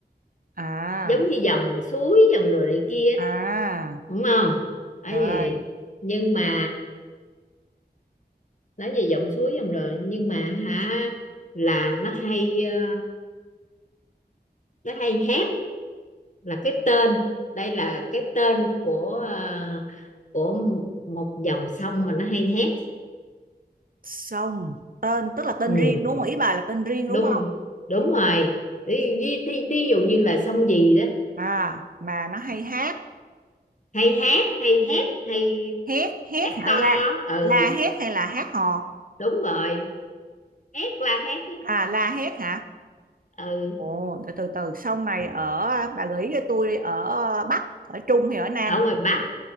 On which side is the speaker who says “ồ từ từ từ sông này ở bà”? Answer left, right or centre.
Right